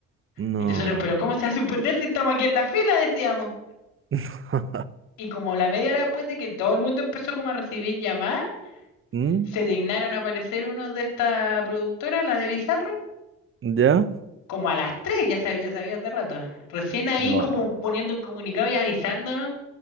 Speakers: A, on the right; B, on the left.
A: no.
B: Y nosotros, pero ¿cómo se va a suspender si estamos aquí en la fila? Decíamos.
A: <laughs>
B: Y como la media hora después de que todo el mundo empezó como a recibir llamadas,
A: ¿Mm?
B: se dignaron a aparecer uno de esta productora, la de Bizarro,
A: ¿Ya?
B: como a las 3 ya sabía, sabía hace rato. Recién ahí
A: No.
B: como poniendo un comunicado y avisándonos